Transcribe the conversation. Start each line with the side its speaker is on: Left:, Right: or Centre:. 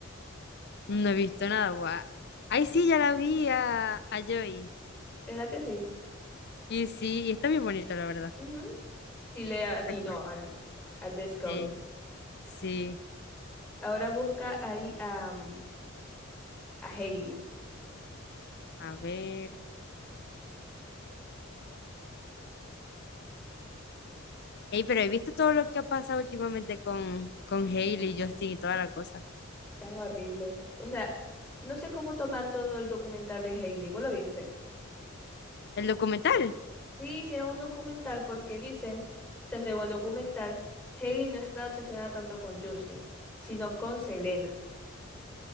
Left: No he visto nada, guau. Ay, sí, ya la vi a, a Joy.
Centre: ¿Verdad que sí?
Left: Y sí, y está bien bonito, la verdad.
Centre: Ujú. Sí le atinó
Left: Está cool.
Centre: al, al de Scout.
Left: Sí, sí.
Centre: Ahora busca ahí a, mm, a Hailey.
Left: A ver. Ey, pero he visto todo lo que ha pasado últimamente con, con Hailey, Justin y toda la cosa.
Centre: Chama horrible. O sea, no sé cómo tomar todo el documental de Hailey. ¿Vos lo viste?
Left: El documental,
Centre: Sí, hicieron un documental porque dicen, o sea, según el documental, Hailey no está obsesionada tanto con Justin, sino con Selena.